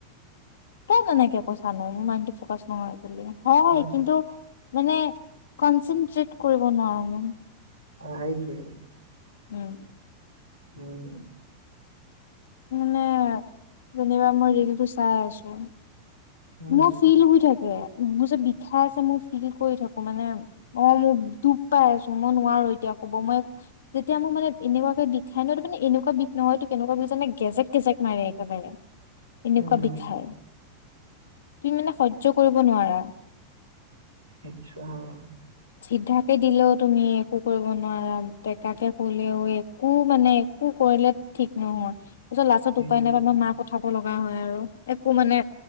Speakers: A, on the left; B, on the right.
A: ক কেনেকে কৈছা ন মোৰ মাইড ফকাচ নহয় বুলি হয়
B: উম,
A: কিন্তু <unintelligible> মানে কনচেনট্ৰেট কৰিব নোৱাৰো মই।
B: অঁ সেইটো <unintelligible>
A: উম <unintelligible>
B: উম
A: মানে যেনিবা মই ৰিলটো চাই আছো,
B: উম,
A: মোৰ ফিল হৈ থাকে। ব যে বিষাই আছে মোৰ ফিল কৰি থাকো মানে অঁ মোৰ দুখ পাই আছো মই নোৱাৰো এতিয়া ক'ব মই যেতিয়া মোৰ মানে এনেকুৱাকে বিষ খাই ন মানে এনেকুৱা বিষ নহয়তো কেনেকুৱা বিষ জানে কেজেক কেজেক মাৰে একেবাৰে এনেকুৱা
B: উম।
A: বিষাই তুমি মানে সহ্য কৰিব নোৱাৰা।
B: আচ্ছা <unintelligible>
A: চিধাকে দিলেও তুমি একো কৰিব নোৱাৰা বেকাকে হলেও একো মানে একো। কৰিলে ঠিক নহয় পিছত লাষ্টত
B: উম,
A: উপায় নাপায় আমাৰ মাক পঠাব লগা হয় আৰু একো মানে